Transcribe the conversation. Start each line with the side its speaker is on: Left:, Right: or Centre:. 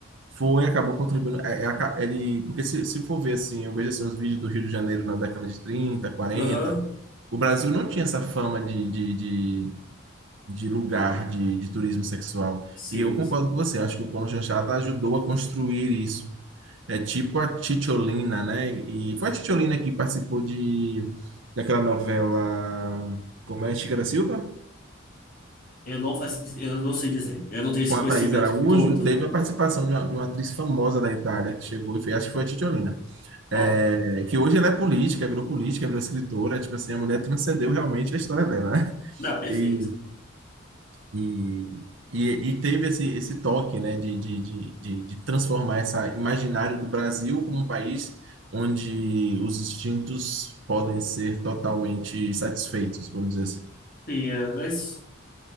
Right: Foi, acabou contribuindo. É, é, aca- ele, porque se, se for ver assim, eu vejo assim, os vídeos do Rio de Janeiro na década de 30, 40,
Left: Aham,
Right: O Brasil não tinha essa fama de, de, de, de lugar de, de turismo sexual.
Left: sim,
Right: E eu concordo
Left: sim.
Right: com você, acho que o Paulo Chanchada ajudou a construir isso. É tipo a Titiolina, né? E foi a Titiolina que participou de, daquela novela, como é, Chica da Silva?
Left: Eu não faço, eu não sei dizer, eu não tenho esse
Right: Com a
Left: conhecimento
Right: Thaís Araújo,
Left: todo,
Right: teve a participação de uma, de uma atriz famosa da Itália que chegou e fez, acho que foi a Titiolina.
Left: ó,
Right: É, que hoje ela é política, virou política, virou escritora, tipo assim, a mulher transcendeu realmente a história dela, né?
Left: não, perfeito.
Right: E E, e, e teve esse, esse toque, né, de, de, de, de, de transformar essa imaginário do Brasil como um país onde os instintos podem ser totalmente satisfeitos, vamos dizer assim.
Left: Sim, é, mas...